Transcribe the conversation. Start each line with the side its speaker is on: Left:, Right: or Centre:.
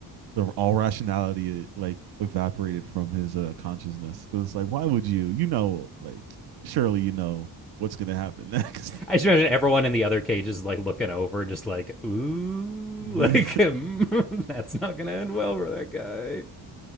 Right: the all rationality uh, like evaporated from his uh, consciousness. Because it's like, why would you? You know, like surely you know what's gonna happen next.
Centre: <laughs> I just imagine everyone in the other cages like looking over, just like, ooh,
Right: <laughs> yeah.
Centre: like <laughs> mm, that's not gonna end well for that guy.